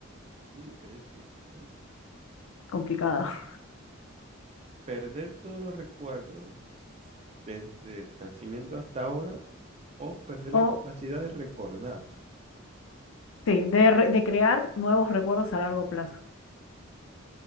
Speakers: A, on the right; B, on the left.
A: Uh, qué difícil, ¿eh?
B: Complicado. <laughs>
A: Perder todos los recuerdos desde el nacimiento hasta ahora o perder
B: O,
A: la capacidad de recordar.
B: sí, de, re- de crear nuevos recuerdos a largo plazo.